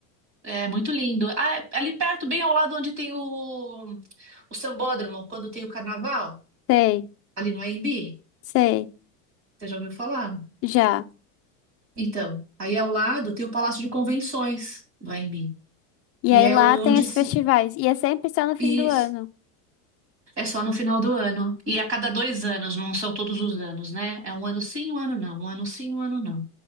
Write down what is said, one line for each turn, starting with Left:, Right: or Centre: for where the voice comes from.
Right: É muito lindo. Ah, é ali perto, bem ao lado onde tem o, o Sambódromo, quando tem o carnaval,
Left: Sei,
Right: ali no AMB.
Left: sei,
Right: Você já ouviu falar?
Left: já.
Right: Então, aí ao lado tem o Palácio de Convenções do AMB.
Left: E
Right: E
Left: aí
Right: é
Left: lá
Right: onde
Left: tem esses
Right: se.
Left: festivais. E é sempre só no fim
Right: Isso.
Left: do ano.
Right: É só no final do ano. E é a cada dois anos, não são todos os anos, né? É um ano sim, um ano não. Um ano sim, um ano não.